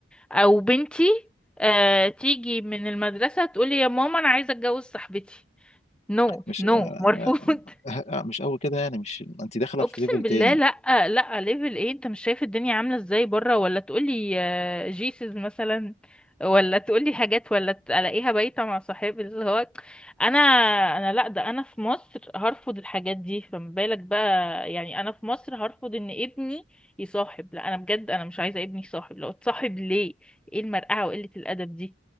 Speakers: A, in the centre; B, on the left.
A: او بنتي آه تيجي من المدرسة تقولي يا ماما انا عايزة اتجوز صاحبتي نو
B: مش
A: نو
B: آه، آه،
A: مرفوض <laughs>
B: آه، آه، مش قوي كده يعني مش انت داخله
A: اقسم
B: في ليفل
A: بالله
B: تاني
A: لا لا ليفل ايه انت مش شايف الدنيا عامله ازاي بره ولا تقولي آه، جيسز مثلا ولا تقولي حاجات ولا تلاقيها بايته مع صاحب اللي هو انا انا لا ده انا في مصر هرفض الحاجات دي فما بالك بقى يعني انا في مصر هرفض ان ابني يصاحب لا انا بجد انا مش عايزه ابني يصاحب لو اتصاحب ليه ايه المرقعه وقله الادب دي